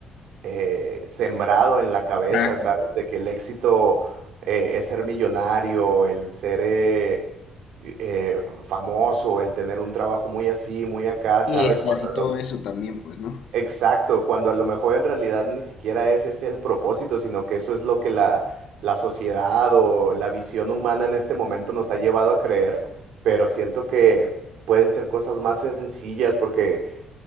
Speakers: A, on the right; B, on the left.
A: eh, sembrado en la cabeza,
B: Exacto.
A: ¿sabes? De que el éxito eh, es ser millonario, el ser eh, eh, famoso, el tener un trabajo muy así, muy acá,
B: fiestas
A: ¿sabes? Cuando
B: y
A: a
B: todo
A: lo-
B: eso también, pues, ¿no?
A: exacto, cuando a lo mejor en realidad ni siquiera ese es el propósito, sino que eso es lo que la, la sociedad o la visión humana en este momento nos ha llevado a creer, pero siento que pueden ser cosas más sencillas porque